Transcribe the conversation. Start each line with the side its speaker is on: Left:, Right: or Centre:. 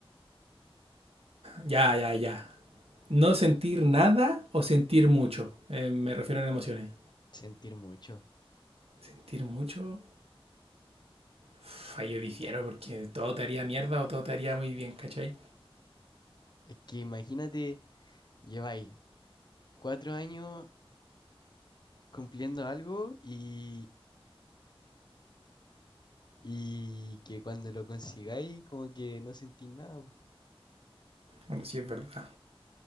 Right: Ya, ya, ya. No sentir nada o sentir mucho. Eh, me refiero a emociones.
Left: sentir mucho.
Right: Sentir mucho. Uf, ahí yo difiero porque todo te haría mierda o todo te haría muy bien, ¿cachai?
Left: Es que imagínate, lleváis cuatro años cumpliendo algo y, y que cuando lo consigáis, como que no sentís nada.
Right: Bueno, sí es verdad.